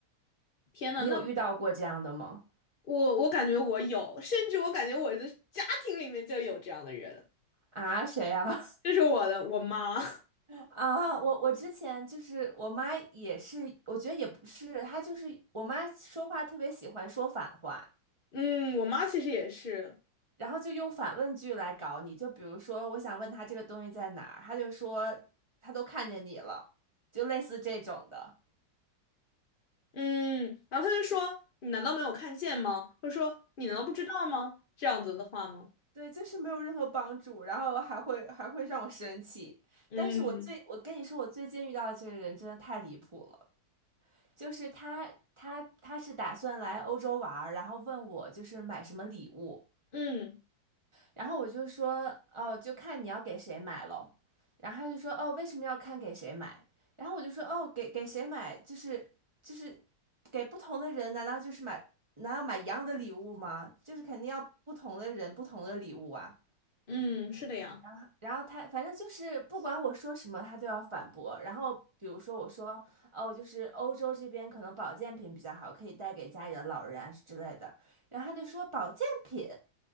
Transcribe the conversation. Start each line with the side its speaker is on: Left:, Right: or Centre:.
Left: 天呐，
Right: 你有遇到过这样的吗？
Left: 那我我感觉我有，甚至我感觉我的家庭里面就有这样的人，
Right: 啊，谁啊？
Left: 就是我的我妈。<laughs>
Right: <laughs> 啊，我我之前就是我妈也是，我觉得也不是，她就是我妈说话特别喜欢说反话。
Left: 嗯，我妈其实也是。
Right: 然后就用反问句来搞你，就比如说，我想问他这个东西在哪儿，他就说他都看见你了，就类似这种的。
Left: 嗯，然后她就说：“你难道没有看见吗？”或者说：“你难道不知道吗？”这样子的话吗？
Right: 对，就是没有任何帮助，然后还会还会让我生气。
Left: 嗯
Right: 但是我最，我跟你说，我最近遇到的这个人真的太离谱了，就是他他他是打算来欧洲玩儿然后问我就是买什么礼物，
Left: 嗯
Right: 然后我就说，哦，就看你要给谁买喽。然后他就说，哦，为什么要看给谁买？然后我就说，哦，给给谁买，就是就是给不同的人，难道就是买，难道买一样的礼物吗？就是肯定要不同的人，不同的礼物啊。
Left: 嗯，是的呀。
Right: 然后然后他反正就是不管我说什么，他都要反驳。然后比如说我说，哦，就是欧洲这边可能保健品比较好，可以带给家里的老人啊之类的。然后他就说保健品。